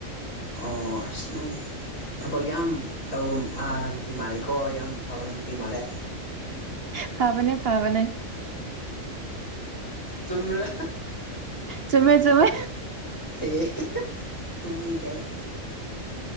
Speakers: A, on the left (about 70°); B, on the right (about 50°).
A: ꯑꯣ ꯑꯁ ꯅꯨꯡ ꯊꯕꯛ ꯌꯥꯝ ꯇꯧꯕ ꯅꯨꯄꯤ ꯃꯥꯅꯩꯀꯣ ꯌꯥꯝ ꯐꯕꯝ ꯅꯨꯄꯤ ꯃꯥꯂꯦ
B: ꯐꯕꯅꯦ ꯐꯕꯅꯦ
A: ꯁꯃ꯭ꯔꯥ
B: ꯆꯨꯝꯃꯦ ꯆꯨꯝꯃꯦ
A: ꯑꯦ ꯁꯅꯤ ꯀꯦꯔꯦ